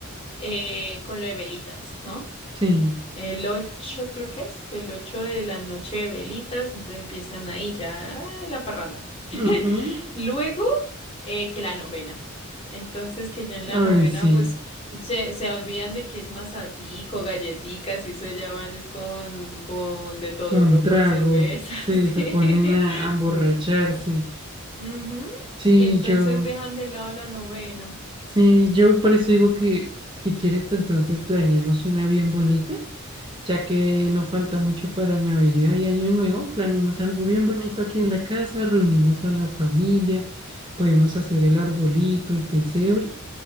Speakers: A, on the left; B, on the right.
A: eh, con lo de velitas, ¿no?
B: Sí.
A: El 8 creo que es, el 8 de la noche de velitas, entonces empiezan ahí ya ah, la parranda.
B: Ujú.
A: Luego eh, que la novena. Entonces que ya en la novena
B: Ay, sí.
A: pues se, se olvidan de que es masatico, galletitas y eso ya van es con, con de todo,
B: Con
A: ¿no?
B: trago,
A: Con cervezas.
B: sí,
A: <laughs>
B: se
A: sí.
B: ponen a, a emborracharse.
A: Ujú.
B: Sí,
A: Y entonces
B: yo,
A: dejan de lado la novena.
B: sí, yo por eso digo que si quieres, pues, entonces planeemos una bien bonita, ya que no falta mucho para Navidad y Año Nuevo, planeemos algo bien bonito aquí en la casa, reunimos a la familia, podemos hacer el arbolito, el pesebre.